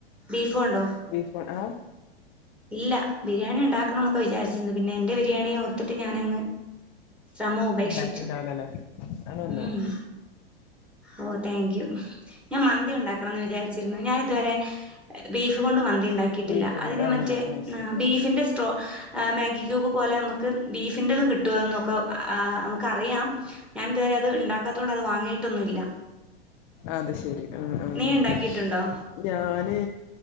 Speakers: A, in the centre; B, on the left (about 45°).
A: ബീഫോണ്ടോ.
B: ബീഫ് ണ്ട് ആഹ്
A: ഇല്ല ബിരിയാണി ഇണ്ടാക്കണം എന്നൊക്കെ വിചാരിച്ചിരുന്നു. പിന്നെ എന്റെ ബിരിയാണിയെ ഓർത്തിട്ട്ഞാനങ്ങ്. ശ്രമം ഉപേക്ഷിച്ചു
B: ഉണ്ടാക്കിണ്ടാവില്ലല്ലേ അത് നന്നായി
A: ഉം ഉം. ഓ താങ്ക് യു. ഞാൻ മന്തി ഉണ്ടാക്കണംന്ന് വിചാരിച്ചിരുന്നു. ഞാൻ ഇതുവരെ. ബീഫ് കൊണ്ട് മന്തി ഉണ്ടാക്കിയിട്ടില്ല
B: ബീഫിനോട്
A: അതിനെ
B: ആഹ്
A: മറ്റ്
B: അത് ശരി
A: ബീഫിൻ്റെ സ്ട്രോ മാഗി ക്യൂബ് പോലെ നമക്ക് ബീഫിൻ്റെതും കിട്ടൊഎന്നൊക്കെ. ആ നമുക്കറിയാം ഞാൻ ഇതുവരെ അത് ഇണ്ടാക്കാത്തോണ്ട് അത് വാങ്ങിയിട്ടൊന്നുല്ല.
B: അത് ശെരി അഹ് ആഹ്.
A: നീ ഉണ്ടാക്കിയിട്ടുണ്ടോ
B: ഞാന്